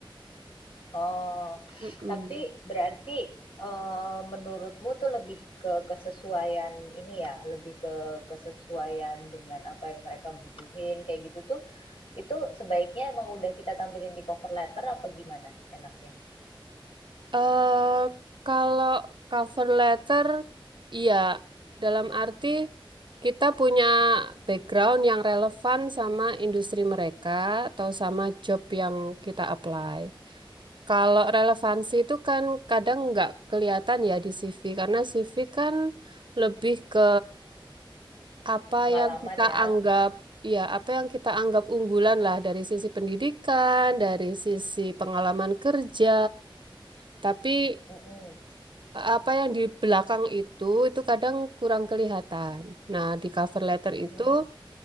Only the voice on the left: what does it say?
Oh,
tapi berarti eh, menurutmu tuh lebih ke kesesuaian ini ya, lebih ke kesesuaian dengan apa yang mereka butuhin kayak gitu tuh, itu sebaiknya emang udah kita tampilin di cover letter apa gimana enaknya?
Pengalaman
ya.
Mm-mm.
Mm.